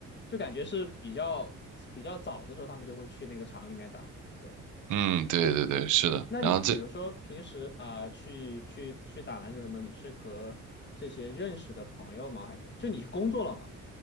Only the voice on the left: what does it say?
就感觉是比较比较早的时候，他们就会去那个厂里面打。对，
那你比如说平时啊、
去去去打篮球什么的，你是和这些认识的朋友吗？还是就你工作了吗？